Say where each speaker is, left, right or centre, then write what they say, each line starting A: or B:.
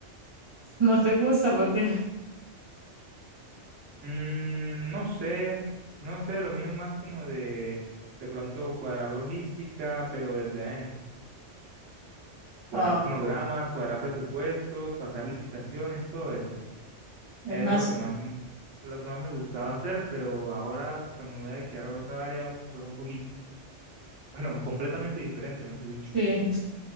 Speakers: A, on the right; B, on the right.
A: <laughs> no te gusta porque
B: Mm, no sé, no sé, lo mío es más como de, de pronto cuadrar logística, pero desde adentro. cuadrar
A: ah,
B: cronogramas, cuadrar presupuestos, pasar licitaciones, todo eso.
A: es
B: Era
A: más,
B: lo que más, m- lo que más me gustaba hacer, pero ahora pues me voy a dedicar a otra área, pues un poquito, <laughs> bueno, completamente diferente, mejor dicho.
A: sí,